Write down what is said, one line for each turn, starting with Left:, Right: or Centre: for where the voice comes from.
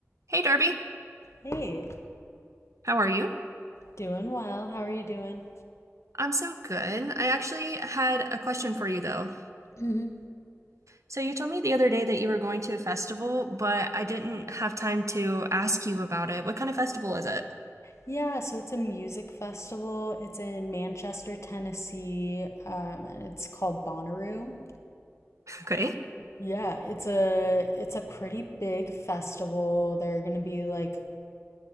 Right: Hey Darby,
Left: Hey,
Right: how are you?
Left: doing well. How are you doing?
Right: I'm so good. I actually had a question for you though.
Left: hmm
Right: So you told me the other day that you were going to a festival, but I didn't have time to ask you about it. What kind of festival is it?
Left: Yeah, so it's a music festival. It's in Manchester, Tennessee, um, and it's called Bonnaroo.
Right: Okay.
Left: Yeah, it's a it's a pretty big festival. There are gonna be like